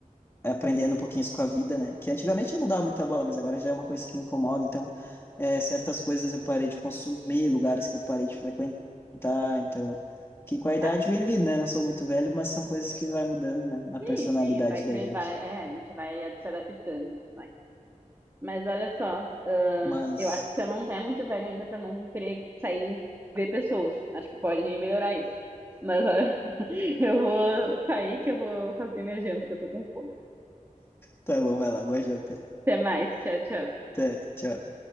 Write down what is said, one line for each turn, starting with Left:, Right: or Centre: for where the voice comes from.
Left: aprendendo um pouquinho isso com a vida, né? Que antigamente eu não dava muita bola, mas agora já é uma coisa que me incomoda. Então, é, certas coisas eu parei de consumir, lugares que eu parei de frequentar. Então, que com a idade
Right: Ah,
Left: vem vindo, né? Não sou muito velho, mas são coisas que vai mudando, né? Na
Right: sim,
Left: personalidade
Right: sim. Vai, cre-
Left: da gente.
Right: vai, é, a gente vai se adaptando. vai. Mas olha só, ahn,
Left: Mas.
Right: eu acho que você não é muito velho ainda pra não querer sair e ver pessoas. Acho que pode melhorar isso. Mas olha, <laughs> eu vou sair que eu vou fazer minha janta, que eu tô com fome.
Left: Tá bom, vai lá, boa janta.
Right: Até mais, tchau, tchau.
Left: Até, tchau.